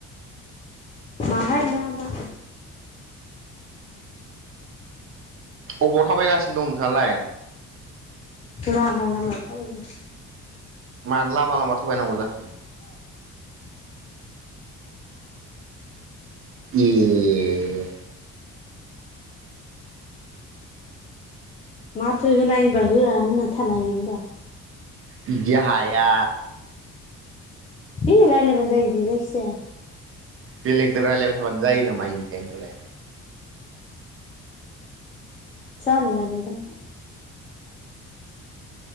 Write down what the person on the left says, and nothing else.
माहाय मा मा
लामा लामा थाबायदों
माथो होनायबा होआ होनना थानो हायो होमबा
है रायलायबानो जायो बे जायखिया
सा नुनानै दां